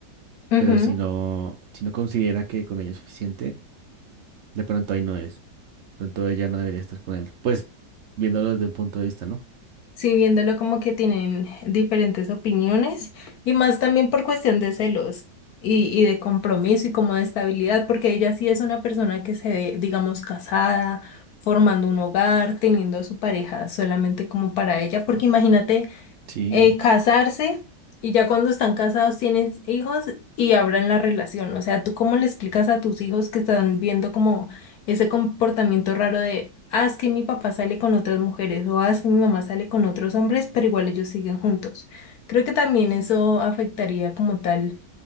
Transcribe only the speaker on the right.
pero si no, si no considera que con ella es suficiente, de pronto ahí no es. De pronto ella no debería estar con él. Pues viéndolo desde un punto de vista, ¿no?
Sí,